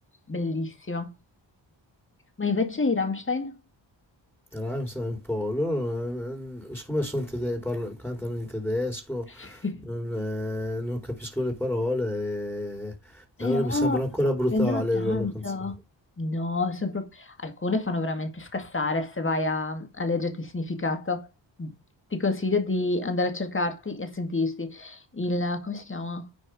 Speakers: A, on the left (about 25°); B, in the centre.
A: Bellissima. Ma invece i Rammstein?
B: Rammstein è un po', loro eh, siccome sono tede- parla- cantano in tedesco,
A: <laughs>
B: non, eh, non capisco le parole, e,
A: Però
B: e allora mi sembra ancora brutale
A: prendono tanto.
B: le loro canzoni.
A: No, sono pro- alcune fanno veramente scassare se vai a, a leggerti il significato. Ti consiglio di andare a cercarti e a sentirsi il, come si chiama?